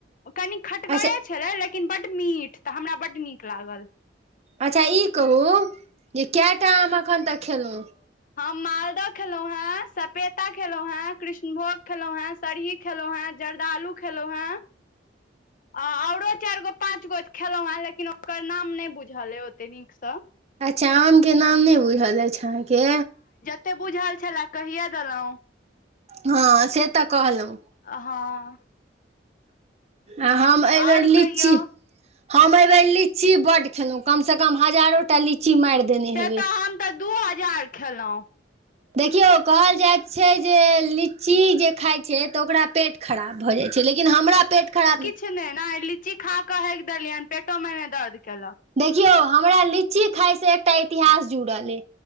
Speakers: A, on the left; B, on the right.
A: कनि खटगरे
B: अच्छा
A: छलै लेकिन बड्ड मीठ तऽ हमरा बड्ड नीक लागल
B: अच्छा ई कहू जे कैटा आम एखन तक खेलहुँ
A: हम मालदह खेलौं हें सपेता खेललों हें कृष्णभोग खेलो हें सरही खेलौ हैं जर्दालु खेलों है आ औरो चारि गो पाँच गो खेलहुं हेँ लेकिन ओकर नाम नहि बुझल अय ओते नीकसँ
B: अचामके नाम नहि बुझल अइछ अहाँके
A: ते बुझल छलए कहिया देलहुं
B: हँ से तऽ कहलहुँ
A: हं
B: आ हम एयबेर
A: आओर
B: लीची
A: कहियौ
B: हम एह बेेर लीची बड्ड खेलहुँ कमसँ कम हजारो टा लीची माइर देने
A: से
B: हेबै
A: तऽ हम तऽ दू हजार खेलहु
B: देखियौ कहल जाइत छै जे लीची जे खाइ छै तऽ ओकरा पेट खराब भऽ जाइ छै लेकिन हमरा पेट खराब नह
A: कि ने ने लीची खा के हेक देलियह हन पेटो मे ने दर्द केलक
B: देखियो हमरा लीची खााय से एकटा इतिहास जुड़ल ए